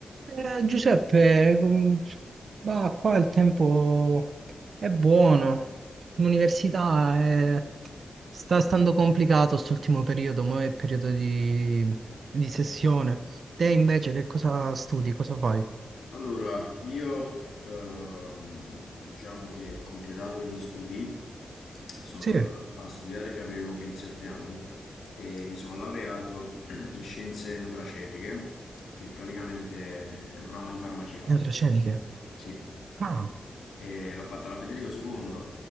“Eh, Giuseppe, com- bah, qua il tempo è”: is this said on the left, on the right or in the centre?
Right